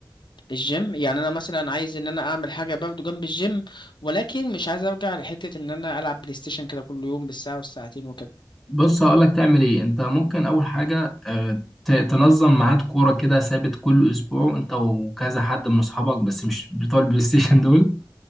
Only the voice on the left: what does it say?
الجيم يعني انا مثلا عايز ان انا اعمل حاجه برضه جنب الجيم ولكن مش عايز ارجع لحته ان انا العب بلاي ستيشن كده كل يوم بالساعه والساعتين وكده